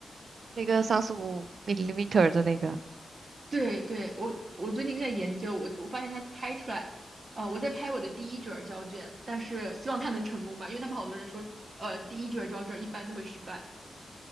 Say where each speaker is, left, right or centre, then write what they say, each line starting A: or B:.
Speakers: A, on the right; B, on the right.
A: 那个三十五 millimeter 的那个，
B: 对对，我我最近在研究，我我发现它拍出来，呃，我在拍我的第一卷儿胶卷，但是希望它能成功吧，因为他们好多人说，呃，第一卷儿胶卷一般都会失败